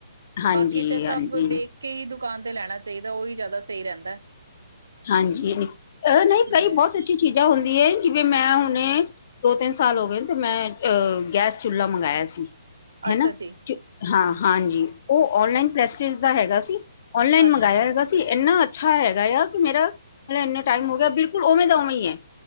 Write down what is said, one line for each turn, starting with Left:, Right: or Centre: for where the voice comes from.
Left: ਹਾਂਜੀ
Right: ਬਾਕੀ ਤਾਂ ਸਭ
Left: ਹਾਂਜੀ
Right: ਦੇਖ ਕੇਈ ਦੁਕਾਨ ਤੇ ਲੈਣਾ ਚਾਹੀਦਾ, ਉਹੀ ਜ਼ਿਆਦਾ ਸਹੀ ਰਹਿੰਦਾ।
Left: ਹਾਂਜੀ ਨ ਅ ਨਹੀਂ
Right: ਹੂੰ
Left: ਕਈ ਬਹੁਤ ਅੱਛੀ ਚੀਜ਼ਾਂ ਹੁੰਦੀਆਂ, ਜਿਵੇਂ ਮੈਂ ਹੁਣੇ ਦੋ- ਤਿੰਨ ਸਾਲ ਹੋ ਗਏ ਨੇ, ਤੇ ਮੈਂ ਅਹ ਗੈਸ ਚੁਲਹਾ ਮੰਗਵਾਇਆ ਸੀ।
Right: ਅੱਛਾ
Left: ਹਨਾ
Right: ਜੀ
Left: ਹਾਂ ਹਾਂਜੀ, ਉਹ ਨਲਾਈਨ ਪ੍ਸਟੀਜ਼ ਦਾ ਹੈਗਾ ਸੀ। ਔਨਲਾਈਨ
Right: ਅੱਛਾ
Left: ਮੰਗਵਾਇਆ ਹੈਗਾ ਸੀ, ਇੰਨਾ ਅੱਛਾ ਹੈਗਾ ਆ। ਮੇਰਾ ਮਤਬ ਇਅ ਟਾਈਮ ਹੋ ਗਿਆ ਬਿਲਕੁਲ ਉਵੇਂ ਦਾ ਉਵੇਂ ਹੀ ਹੈ,